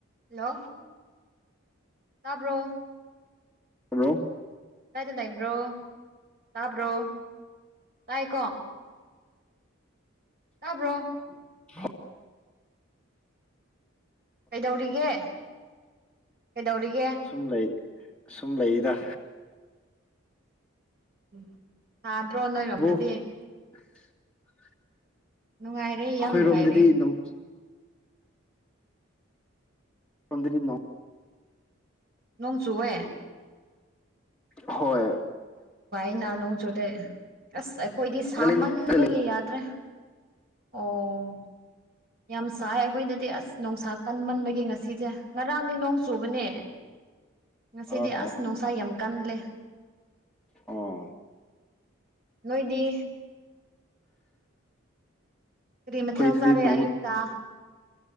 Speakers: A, on the right; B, in the centre.
A: hello ꯇꯥꯕ꯭ꯔꯣ
B: hello
A: ꯂꯩꯥꯏꯗ ꯂꯩꯕ꯭ꯔꯣ ꯇꯥꯕ꯭ꯔꯣ ꯇꯥꯏꯀꯣ
B: <inaudible>
A: ꯇꯥꯕ꯭ꯔꯣ ꯀꯩꯗꯧꯔꯤꯒꯦ ꯀꯩꯗꯧꯔꯤꯒꯦ
B: ꯁꯨꯝ ꯂꯩ ꯁꯨꯝ ꯂꯩꯗ
A: ꯎꯝ ꯁꯥꯗ꯭ꯔꯣ ꯅꯣꯏꯔꯣꯝꯗꯗꯤ
B: ꯕꯣ <inaudible>
A: ꯅꯨꯡꯉꯥꯏꯔꯦ
B: ꯑꯩꯈꯣꯏꯔꯣꯝꯗꯗꯤ
A: ꯌꯥꯝ ꯅꯨꯡꯉꯥꯏꯔꯦ
B: ꯑꯗꯨꯝ ꯇꯗ ꯅꯣ
A: ꯅꯣꯡꯣꯡ ꯆꯨꯋꯦ
B: ꯍꯣꯏ
A: ꯏꯅꯥ ꯅꯣꯡꯖꯨꯗꯩ ꯑꯁ ꯑꯩꯈꯣꯏꯗꯤ ꯁꯥꯃꯟꯗꯒꯤ
B: ꯅꯥꯒꯥꯂꯦꯟꯗ ꯂꯩ
A: ꯌꯥꯗ꯭ꯔꯦ ꯑꯣ ꯌꯥꯝ ꯁꯥꯏ ꯑꯩꯈꯣꯏꯗꯗꯤ ꯑꯁ ꯣꯡꯁꯥ ꯀꯟꯃꯟꯕꯒꯤꯦ ꯉꯁꯤꯁꯦ ꯉꯔꯥꯡꯗꯤ ꯅꯣꯡ ꯆꯨꯕꯅꯦ ꯉꯁꯤꯗꯤ
B: ꯑ
A: ꯑꯁ
B: ꯑꯣ
A: ꯅꯨꯡꯁꯥ ꯌꯥꯝ ꯀꯜꯂꯦ
B: ꯑꯣ
A: ꯅꯣꯏꯗꯤ ꯀꯔꯤ ꯃꯊ
B: ꯑꯩꯈꯣꯏꯗꯗꯤ
A: ꯍꯦꯜꯁꯥꯔꯦ
B: ꯅꯣꯡ
A: ꯑꯌꯛꯇ